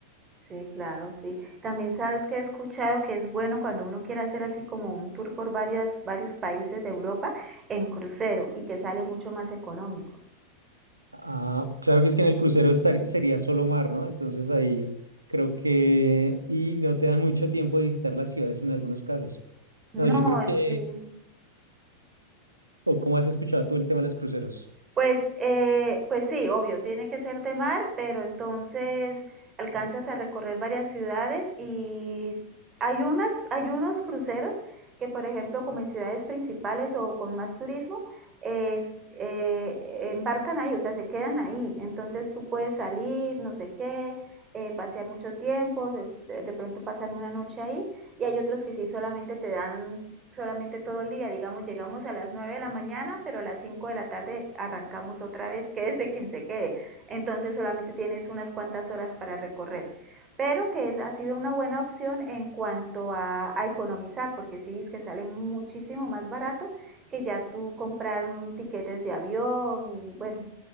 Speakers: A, on the right; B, on the right.
A: sí, claro, sí. También sabes que he escuchado que es bueno cuando uno quiere hacer así como un tour por varias, varios países de Europa en crucero y que sale mucho más económico.
B: Ah, claro que es que en el crucero estar- sería solo mar, ¿no? Entonces ahí creo que, y no te dan mucho tiempo de visitar las ciudades en algunos casos. No,
A: No,
B: yo creo que,
A: sí,
B: o cómo has escuchado tú el tema de los cruceros.
A: Pues, eh, pues sí, obvio, tiene que ser de mar, pero entonces alcanzas a recorrer varias ciudades y hay unas, hay unos cruceros que, por ejemplo, como en ciudades principales o con más turismo, es- eh, embarcan ahí, o sea, se quedan ahí. Entonces tú puedes salir, no sé qué, eh, pasear mucho tiempo, de, de pronto pasan una noche ahí y hay otros que sí solamente te dan solamente todo el día, digamos, llegamos a las 9 de la mañana, pero a las 5 de la tarde arrancamos otra vez, quédese quien se quede. Entonces solamente tienes unas cuantas horas para recorrer. Pero que es, ha sido una buena opción en cuanto a, a economizar, porque sí es que sale muchísimo más barato que ya tú comprar un tiquetes de avión y bueno,